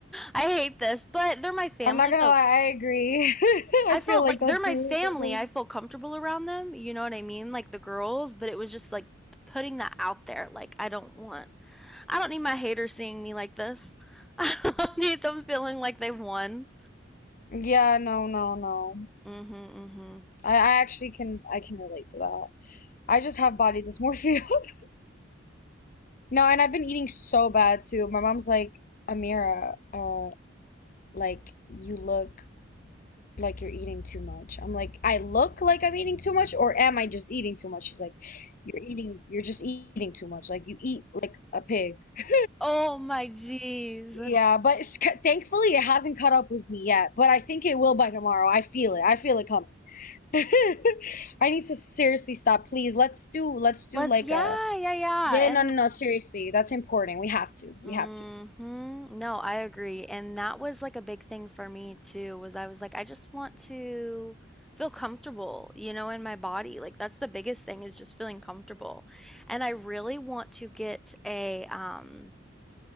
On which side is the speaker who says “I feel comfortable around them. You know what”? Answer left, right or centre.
Centre